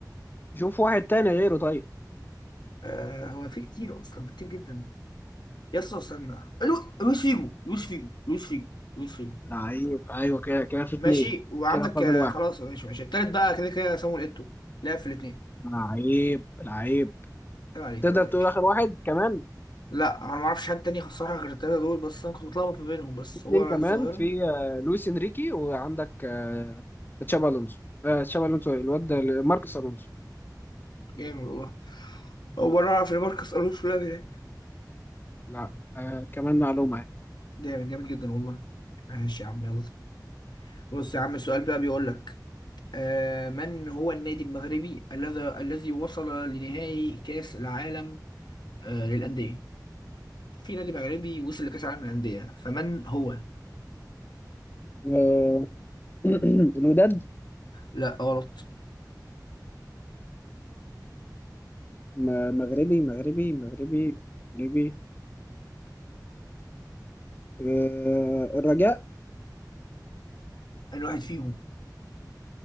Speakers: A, on the left; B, on the left.
A: شوف واحد تاني غيره طيب
B: آه هو في كتير اصلا في كتير جدا يا اسطى استنى لو- لويس فيجو لويس فيجو لويس فيجو لويس فيجو
A: لعيب ايوه كده كده في
B: ماشي
A: اتنين
B: وعندك
A: كده فاضل
B: آه،
A: واحد
B: خلاص ماشي ماشي التالت بقى كده كده سامويل ايتو لعب في الاثنين
A: لعيب لعيب
B: عيب عليك
A: تقدر
B: عيب عليك
A: تقول اخر واحد كمان
B: لا انا ما اعرفش حد تاني الصراحه غير التلاته دول بس انا كنت متلخبط ما بينهم بس
A: في اتنين
B: هو
A: كمان
B: الظاهره
A: في آه، لويس انريكي وعندك آه، تشابي الونسو آه، تشابي الونسو إيه؟ الواد ده- ماركوس الونسو
B: جامد والله هو انا اعرف ان ماركوس الونسو لعب هناك
A: لا آه كمان معلومه يعني
B: جامد جامد جدا والله ماشي يا عم يلا بص يا عم السؤال بقى بيقول لك آه من هو النادي المغربي الذي الذي وصل لنهائي كاس العالم آه للانديه في نادي مغربي وصل لكاس العالم للانديه فمن هو
A: آه، <clears throat> الوداد
B: لا غلط
A: م- مغربي مغربي مغربي مغربي آه الرجاء
B: انا واحد فيهم